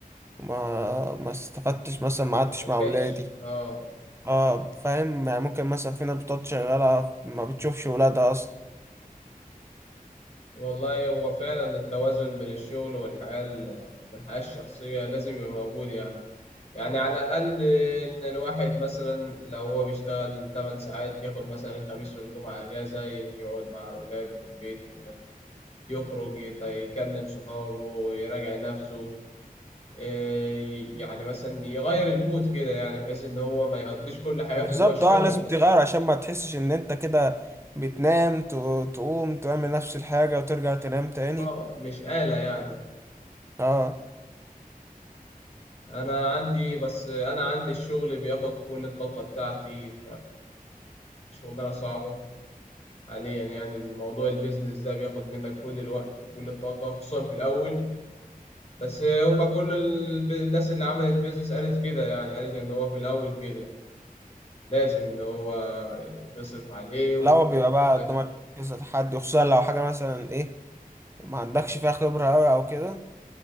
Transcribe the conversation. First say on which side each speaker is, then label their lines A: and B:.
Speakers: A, on the right; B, on the left.
A: وما ما استفدتش مثلا ما قعدتش
B: ملحقش
A: مع ولادي
B: آه
A: اه فاهم يعني ممكن مثلا في ناس بتقعد شغالة ما بتشوفش ولادها أصلا
B: والله هو فعلا التوازن بين الشغل والحياة ال... والحياة الشخصية لازم يبقى موجود يعني يعني على الأقل إن الواحد مثلا لو هو بيشتغل 8 ساعات ياخد مثلا الخميس والجمعة أجازة يقعد مع أولاده في البيت كده يخرج يت- يكلم صحابه يراجع نفسه إيه، يعني مثلا يغير المود كده يعني بحيث ان هو ما يقضيش كل حياته
A: بالظبط
B: جوه الشغل
A: اه لازم تغير عشان ما تحسش إن أنت كده بتنام ت- تقوم تعمل نفس الحاجة وترجع تنام تاني
B: اه مش آلة يعني
A: اه
B: انا عندي بس انا عندي الشغل بياخد كل الطاقة بتاعتي فشغلانة صعبة حاليا يعني الموضوع البيزنس ده بياخد منك كل الوقت وكل الطاقة خصوصا في الاول بس هما كل ال- الناس اللي عملت بيزنس قالت كده يعني قالت ان هو في الاول كده لازم ان هو تصرف عليه وتديله
A: لا هو بيبقى بقى
B: وقتك.
A: قدامك كذا تحدي خصوصا لو حاجة مثلا ايه ما عندكش فيها خبرة أوي أو كده